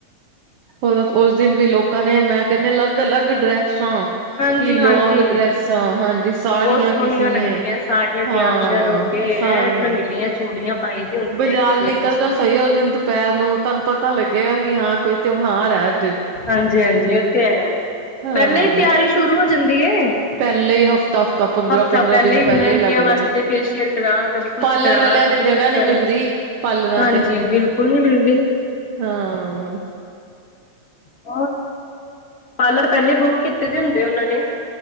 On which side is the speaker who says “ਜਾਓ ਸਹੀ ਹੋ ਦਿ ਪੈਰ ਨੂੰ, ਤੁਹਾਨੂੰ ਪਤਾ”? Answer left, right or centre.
Right